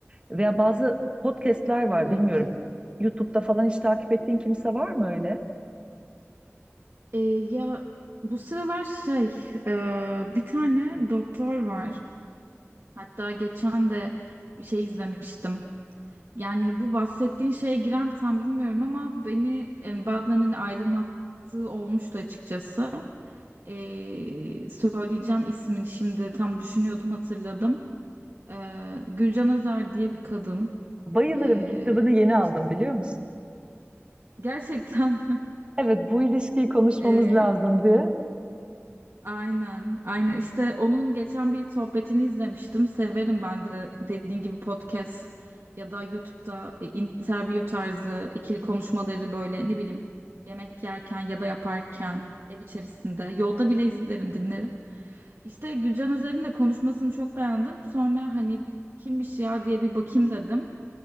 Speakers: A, on the right; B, on the right.
A: Veya bazı podcastler var
B: Evet.
A: bilmiyorum. YouTube'da falan hiç takip ettiğin kimse var mı öyle?
B: E, ya bu sıralar şey e, bir tane doktor var. Hatta geçen de şey izlemiştim. Yani bu bahsettiğin şeye girer mi tam bilmiyorum ama beni yani bazen hani aydınlattığı olmuştu açıkçası. Ee, söyleyeceğim ismini şimdi tam düşünüyordum hatırladım. Ee, Gülcan Özer diye bir kadın.
A: Bayılırım
B: Ee,
A: kitabını yeni aldım
B: işte
A: biliyor musun?
B: gerçekten <laughs>
A: Evet bu ilişkiyi konuşmamız
B: ee,
A: lazım diye.
B: Aynen, aynen. İşte onun geçen bir sohbetini izlemiştim. Severim ben de dediğin gibi podcast ya da YouTube'da e, interview tarzı ikili konuşmaları böyle ne bileyim yemek yerken ya da yaparken ev içerisinde yolda bile izlerim, dinlerim. İşte Gülcan Özer'in de konuşmasını çok beğendim. Sonra hani kimmiş ya diye bir bakayım dedim.